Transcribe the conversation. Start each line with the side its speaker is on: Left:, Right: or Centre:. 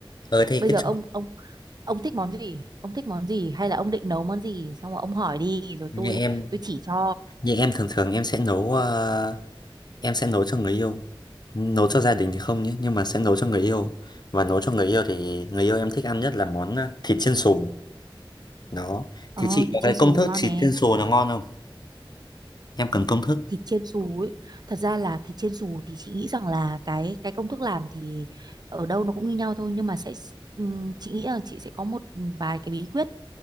Left: Ờ thế
Right: Bây
Left: cái
Right: giờ ông ông ông thích món gì? Ông thích món gì hay là ông định nấu món gì? Xong rồi ông hỏi đi rồi
Left: như
Right: tôi
Left: em
Right: tôi chỉ cho.
Left: như em thường thường em sẽ nấu ờ, em sẽ nấu cho người yêu. Nấu cho gia đình thì không nhé, nhưng mà sẽ nấu cho người yêu. Và nấu cho người yêu thì người yêu em thích ăn nhất là món ờ, thịt chiên xù. Đó.
Right: Ờ
Left: Thì chị
Right: thì
Left: có
Right: chiên
Left: cái
Right: xù
Left: công thức
Right: ngon
Left: thịt
Right: nè.
Left: chiên xù nó ngon không? Em cần công thức.
Right: thịt chiên xù ấy thật ra là thịt chiên xù thì chị nghĩ rằng là cái cái công thức làm thì ở đâu nó cũng như nhau thôi nhưng mà sẽ ừm, chị nghĩ là chị sẽ có một vài cái bí quyết